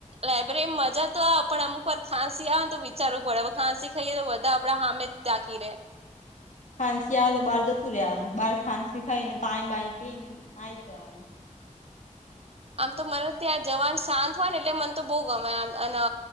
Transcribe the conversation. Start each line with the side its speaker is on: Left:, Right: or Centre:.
Right: લાયબ્રેરીમાં મજા તો આવે પણ અમુ વાર ખંસી આવે ને તો વિચારવું પડે હવે ખાંસી ખાઈએ તો બધા આપડા હામે તકીીરે.
Left: ખાંસી આવે તો બહાર જતું રવાનું બાર ખાંસી ખાઈને પાણી બાઈ પીને આ આવી જવાનું.
Right: આમ તો મને ત્યાં જવાન શાંત હોય ને એટલે મને તો બહુ ગમેમ અને.